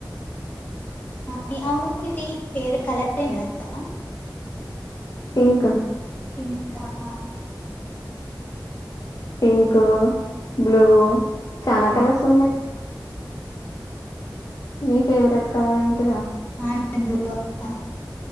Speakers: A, on the left; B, on the left.
A: <unintelligible>
B: పింక్
A: ఇంకా అవునా?
B: పింకు బ్లూ చానా కలర్స్ ఉన్నయ్ నీ ఫెవరెట్ కలర్ ఏంటి ర
A: ఆ బ్లూ అక్క